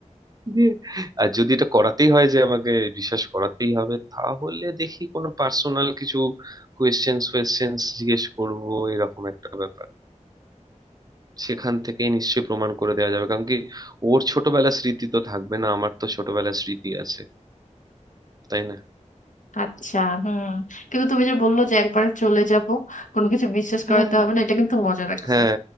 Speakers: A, on the right; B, on the left.
A: দিয়ে আর যদি এটা করাতেই হয় যে আমাকে বিশ্বাস করাতেই হবে তাহলে দেখি কোনো পার্সোনাল কিছু কোয়েশ্চেন্স ফোয়েশ্চেন্স জিজ্ঞেস করব এরকম একটা ব্যাপার সেখান থেকে নিশ্চয়ই প্রমাণ করে দেওয়া যাবে কারণ কি ওর ছোটবেলার স্মৃতি তো থাকবে না আমার তো ছোটবেলার স্মৃতি আছে তাই না
B: আচ্ছা হুম কিন্তু তুমি যে বললো যে একবার চলে যাব কোনো কিছু বিশ্বাস
A: হ্যাঁ,
B: করাতে হবে না এটা কিন্তু মজা লাগছে
A: হ্যাঁ